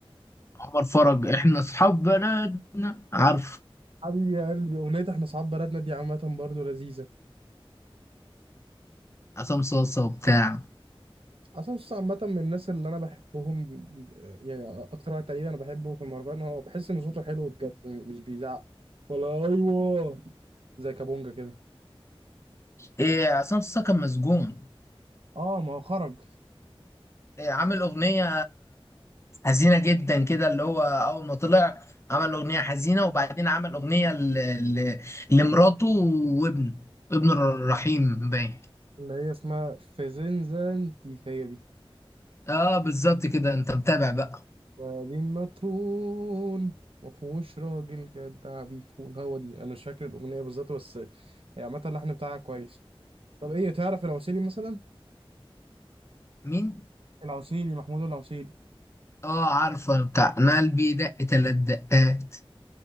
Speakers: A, on the left; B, on the right.
A: عمر فرج احنا اصحاب بلدنا عارف
B: <laughs> حبيبي يا قلبي اغنيه احنا اصحاب بلدنا دي عامه برضو لذيذه
A: عصام صاصا وبتاع
B: عصام صاصا عامه من الناس اللي انا بحبهم يعني اكتر واحد تقريبا انا بحبه في المهرجان هو بحس ان صوته حلو بجد مش بيزعق ولا ايوه زي كابونجا كده
A: إيه عصام صاصا كان مسجون
B: اه ما هو خرج
A: إيه عامل اغنيه حزينه جدا كده اللي هو اول ما طلع عمل اغنيه حزينه وبعدين عمل اغنيه ل... ل... لمراته وابنه ابن الرحيم باين
B: اللي هي اسمها فازنزانتي هي دي
A: اه بالظبط كده انت متابع بقى
B: وبعدين مطرون مفهوش راجل جدع بيخون هو دي انا مش فاكر الاغنيه بالظبط بس هي عامه اللحن بتاعها كويس طب ايه تعرف العسيلي مثلا
A: مين
B: العسيلي محمود العسيلي
A: اه عارفه بتاع انا قلبي دق تلات دقات